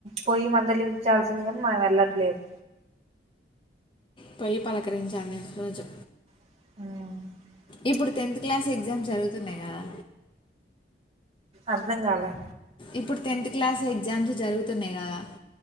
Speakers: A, on the right; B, on the left.
A: పోయి మందలించాల్సిందిగాని మనం వెళ్ళట్లేదు
B: పొయి పలకరించాను రోజు
A: అవును
B: ఇప్పుడు టెన్త్ క్లాస్ ఎగ్జామ్ జరుగుతున్నాయి కదా
A: అర్ధం కాలే
B: ఇప్పుడు టెన్త్ క్లాస్ ఎగ్జామ్స్ జరుగుతున్నాయి కదా